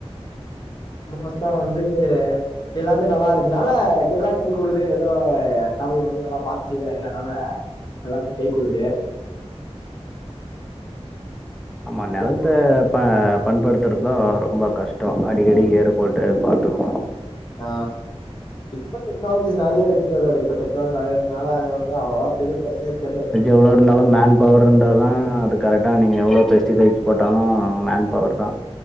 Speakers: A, on the left (about 40°); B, in the centre.
A: மோஸ்டா
B: ஓகே.
A: வந்து எல்லாமே நல்லா இருக்குனால எல்லாம் கை கூடுது ஏதோ கடவுள் வந்து நல்லா பாத்துட்டு செய்றாரு அதனால எல்லாத்துக்கு கை குடுத்து
B: ஆமா நெலத்த
A: கேக்குது
B: ப பண்படுத்துறது தா ரொம்ப கஷ்ட அடிக்கடி ஏறு போட்டு பாத்துக்குவோ
A: ஆ இப்போ டெக்னாலஜிஸ் நெறைய இருக்கு பிரதர் இப்ப டெக்னாலஜி நெறைய இருக் அதனால அது வந்து அவ்ளவா பெரிய பிரச்சனையே தெரில
B: எவ்ளோ இருந்தாலு மேன் பவர் இருந்தாதா அது கரெக்டா நீங்க எவ்ளோ பெஸ்டிசைட்ஸ் போட்டாலு மேன் பவர் தா